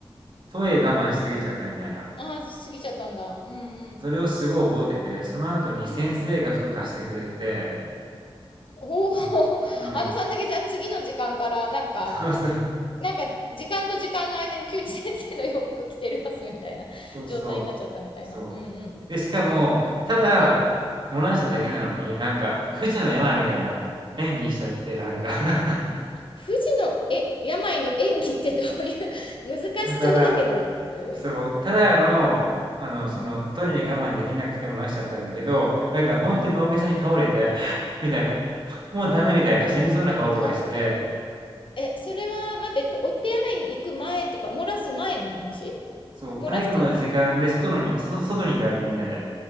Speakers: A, on the right (about 50°); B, on the left (about 60°).
A: トイレ我慢しすぎちゃったみたいな。
B: ああー、過ぎちゃったんだ。うんうん。
A: それをすごい覚えてて、その後に先生が服貸してくれて、
B: うん。うん。おお、
A: うん、
B: <laughs>
A: うんうん、
B: あのさんだけじゃあ次の時間からなんか、
A: そうそう、
B: なんか時間と時間の間に急に先生の洋服着てますみたいな状態になっちゃったみたいな。
A: そうそう、そう。
B: うんうん。
A: で、しかも、
B: うん。
A: ただ、
B: うん、
A: 漏らしただけなのに、
B: うん、
A: なんか、
B: うん。
A: 不治の病みたいな演技しちゃって、なんか <laughs>
B: 富士の、え、病の演技ってどういう <laughs> 難しそうだけど、
A: だから、
B: どういう、
A: そう、ただの、あの、
B: うん、
A: その、トイレに我慢できなくて漏らしちゃったんだけど、なんか本当に大げさに倒れて、
B: うん。
A: <laughs> みたいな、もうダメみたいな、
B: あーあ、
A: 死にそうな顔とかして、
B: え、それは、待って、とお手洗いに行く前っていうか、漏らす前の話
A: そう、
B: 漏らしちゃった。
A: 体育の時間で外のに、
B: あ
A: 外外にいたわけ、みんなで。